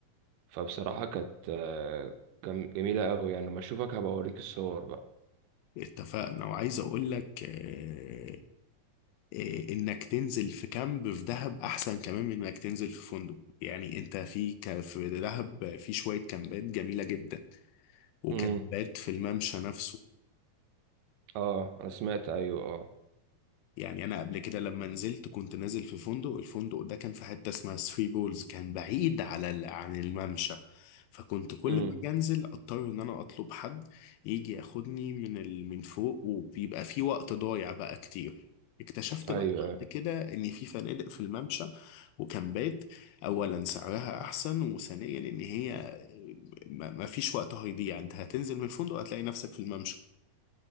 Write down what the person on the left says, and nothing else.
اتفقنا وعايز اقول لك آه، آه، انك تنزل في كامب في دهب احسن كمان من انك تنزل في فندق يعني انت في ك- في دهب في شوية كامبات جميلة جدا وكان
بات في الممشى نفسه
يعني انا قبل كده لما نزلت كنت نازل في فندق الفندق ده كان في حته اسمها ثري بولز كان بعيد على ال- عن الممشى فكنت كل
ما اجي انزل اضطر ان انا اطلب حد يجي ياخدني من ال... من فوق وبيبقى في وقت ضايع بقى كتير اكتشفت
بقى بعد كده ان في فنادق في الممشى وكامبات اولا سعرها احسن وثانيا ان هي ما ما فيش وقت هيضيع انت هتنزل من الفندق هتلاقي نفسك في الممشى